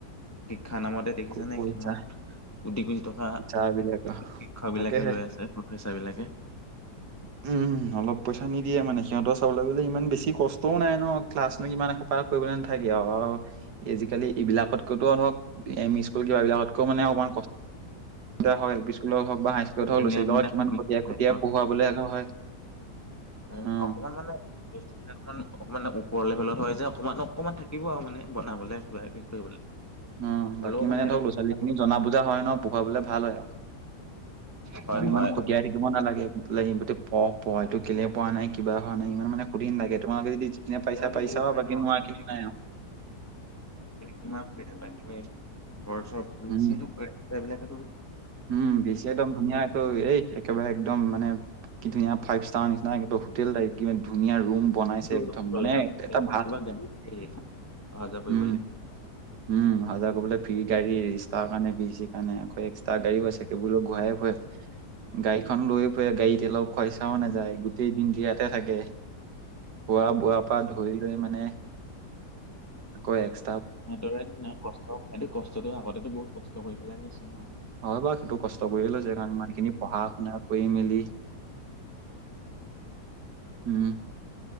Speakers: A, on the left; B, on the right.
A: শিক্ষা নামতে দেখিছানে
B: খুব পইচা
A: কিমান কোটি - কোটি টকা
B: টিচাৰ বিলাকৰ
A: শি -শিক্ষকবিলাকে
B: তাকেহে।
A: লৈ আছে প্ৰফেচাৰবিলাকে।
B: উম উম, অলপ পইচা নিদিয়ে মানে সিহঁতৰ চাবলৈ গলে ইমান বেছি কষ্টও নাই ন ক্লাছনো ইমান এ সো পাৰ কৰিবলৈ নাথাকে আৰু আৰু এজিকালি এইবিলাকতকৈতো ধৰক এম ই স্কুল কিবাবিলাকতকৈ মানে অকমান কষ ত হয়, এল পি স্কুলত হওক বা হাই স্কুলত হওক,
A: ধুনীয়া
B: লৰা - ছোৱালিবিলাকৰ
A: ধুনীয়া
B: কিমান
A: সুবিধা
B: খটীয়া
A: নাই
B: খটীয়া
A: ন
B: পঢ়োৱাবলৈ আকৌ হয়
A: উম
B: অ'
A: অকমান মানে বস্তুবিলাক অকণমান অকণমান ওপৰ লেভেলত হয় যে অকমান অকণমান থাকিব আৰু মানে বনাবলে। কিবাকিবা কৰিবলে।
B: উম
A: হ'লেও
B: বাকী মানে
A: এইটো
B: ধৰক লৰা-ছোৱালী
A: সুবিধাটো
B: খিনি জনা বুজা হয় ন পঢ়াবলে ভাল হয় আৰু
A: হয়
B: ধৰক
A: হয়।
B: ইমান খটিয়াই থাকিব নালাগে পঢ় পঢ় এইটো কেলে পঢোৱা নাই কিবা হোৱা নাই ইমান মানে সুধি ন লাগে তোমালোকে যদি যোনে
A: সুবিধাওতো
B: পাৰিছা পাৰিছা
A: বহুত পায়
B: বাকি
A: ন আপুনি
B: নোৱাখিনি নাই আৰু
A: কিমান সুবিধা পাম তুমি ঘৰ চৰছো
B: উম
A: ৰাস্তা বিলাকো?
B: উম বেছি একদম ধুনীয়া এইটো এই একেবাৰে একদম মানে কি ধুনীয়া ফাইভ ষ্টাৰ নিচিনা একিবা হোটেল টাইপ কিমান ধুনীয়া ৰুম? বনাইছে
A: ত
B: একদম
A: কলেজত
B: মানে এটা ভাল
A: বা গাড়ী গাড়ী অহা যোৱা কৰিবলে
B: উম। উম হাজাৰ কৰিবলৈ ফ্ৰী গাড়ী ৰিষ্টাৰ কাৰণে ভি চিৰ কাৰণে আকৌ এক্সট্ৰা গাড়ীও আছে সেইবোৰ ঘূৰায় ফুৰে। গাড়ীখন লৈ ফুৰে গাড়ীতেলৰ খুৱইচাও নাযায় গোটেই দিনটো ইয়াতে থাকে। খোৱা বোৱাৰ পৰা ধৰি লৈ মানে আকৌ এক
A: সদৰে কষ্ট টো কষ্টটো আগতে বহুত কষ্ট কৰি পেলাই লৈছে ঋঋ নহ।
B: হয় বা সেইটো কষ্ট কৰি লৈছে কাৰণে ইমানখিনি পঢ়া। পঢ়া শুনাত কৰি মেলি উম।